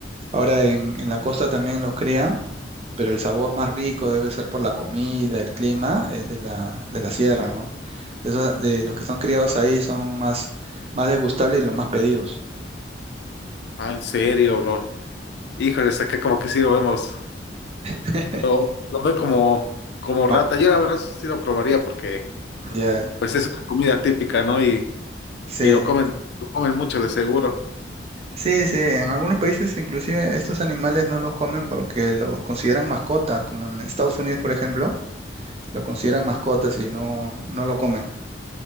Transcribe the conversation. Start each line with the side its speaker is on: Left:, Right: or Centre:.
Right: Ahora en, en la costa también los crían, pero el sabor más rico debe ser por la comida, el clima, es de la, de la sierra, ¿no? Eso- de los que son criados ahí son más, más degustables y los más pedidos.
Left: Ah, en serio, bro. Híjoles, acá como que sí lo vemos.
Right: <laughs>
Left: Lo, lo ven como, como
Right: Ma-
Left: rata. Yo la verdad sí lo probaría porque
Right: Ya,
Left: Pues es una comida típica, ¿no? Y,
Right: Sí,
Left: y lo comen, lo comen mucho de seguro.
Right: sí, sí. En algunos países inclusive estos animales no los comen porque los consideran mascotas, como en Estados Unidos, por ejemplo, lo consideran mascotas y no, no lo comen.